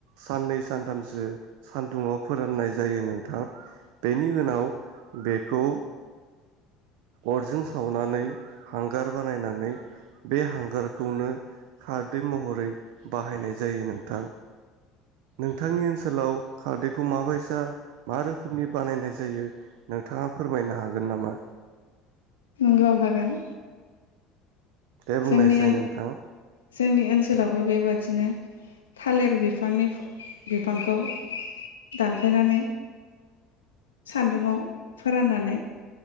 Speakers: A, on the right; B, on the left.
A: साननै सानथामसो सानदुं आव फोराननाय जायो नों थां बेनि उनाव बेखौ अरजों सावनानै हांगार बानायनानै बे हांगारखौनो खारदै महरै बाहायनाय जायो नोंथां। नोंथांनि ओनसोलाव खारदैखौ माबायसा मा रोखोमनि बानायनाय जायो नोंथाङा फोरमायनो हागोन नामा?
B: नंगौ हागोन।
A: दे
B: जोंनि
A: बुंनाय साय नोंथां।
B: जोंनि ओनसोलावबो बेबादिनो थालिर बिफांनि बिफांखौ दानफाय नानै सान्दुङाव फोराननानै